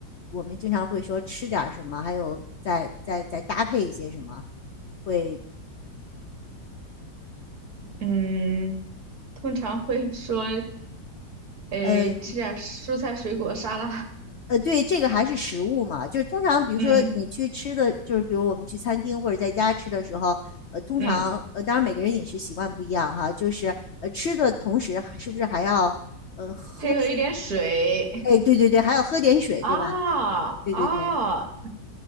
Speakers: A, on the left; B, on the right.
A: 我们经常会说吃点儿什么，还有再再再搭配一些什么，会
B: 嗯，通常会说。诶，
A: 呃
B: 吃点蔬菜水果沙拉，
A: 呃，对，这个还是食物嘛，就是通常比如说你去吃的，
B: <laughs> 嗯
A: 就是比如我们去餐厅或者在家吃的时候，呃，通常呃，
B: 嗯
A: 当然每个人饮食习惯不一样哈，就是呃吃的同时还是不是还要呃喝，
B: 配合一点水。
A: 哎，对对对，还要喝点水，
B: 啊啊，
A: 对吧？对对对，